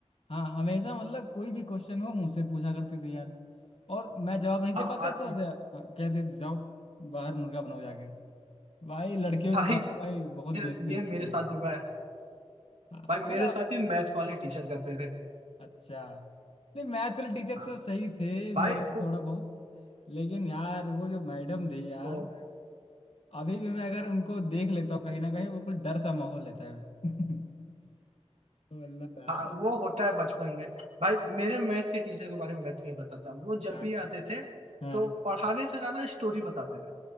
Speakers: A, on the left; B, on the right.
A: हाँ हमेशा मतलब कोई भी क्वेश्चन हो मुझसे पूछा करती थी यार और मैं जवाब नहीं दे
B: आ,
A: पाता
B: आ,
A: था यार हाँ, कहती थी जाओ बाहर मुर्गा बनाओ जाके भाई लड़कियों
B: भाई
A: के सामने भाई बहुत
B: ये
A: बेइज्जती होती
B: ये मेरे
A: है
B: साथ
A: यार
B: हुआ है
A: हाँ,
B: भाई
A: मतलब
B: मेरे साथ ये मैथ वाले टीचर करते थे
A: अच्छा नहीं मैथ्स वाले टीचर
B: हाँ।
A: तो सही थे
B: भाई
A: मेरे और
B: वो,
A: थोड़ा बहुत लेकिन यार वो जो मैडम थी यार
B: वो,
A: अभी भी मैं अगर उनको देख लेता हूँ कहीं ना कहीं वो कुछ डर सा माहौल रहता है <laughs> मतलब यार,
B: हाँ, वो होता है बचपन में भाई मेरे मैथ के टीचर के बारे में मैं तुम्हें बताता हूँ वो जब
A: हाँ
B: भी आते थे
A: हाँ,
B: तो पढ़ाने से ज्यादा स्टोरी बताते थे